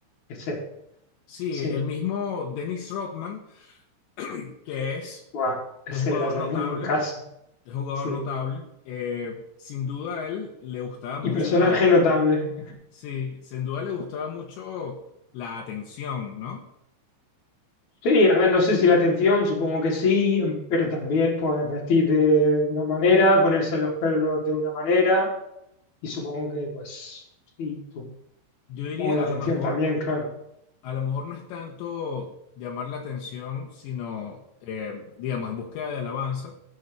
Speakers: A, on the left; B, on the left.
A: que sea,
B: Sí,
A: sí.
B: el mismo Dennis Rodman, <clears throat> que es
A: Guau, ese
B: un jugador
A: era también
B: notable,
A: un caso,
B: es un jugador
A: sí.
B: notable. eh, sin duda a él le gustaba mucho
A: Y personaje
B: la, at-
A: notable.
B: sí, sin duda le gustaba mucho la atención, ¿no?
A: Sí, a ver, no sé si la atención, supongo que sí, pero también pues vestir de una manera, ponerse los pelos de una manera, y supongo que pues sí, supongo
B: Yo diría
A: la
B: a
A: atención
B: lo mejor
A: también, claro.
B: a lo mejor no es tanto llamar la atención, sino, eh, digamos, en búsqueda de alabanza,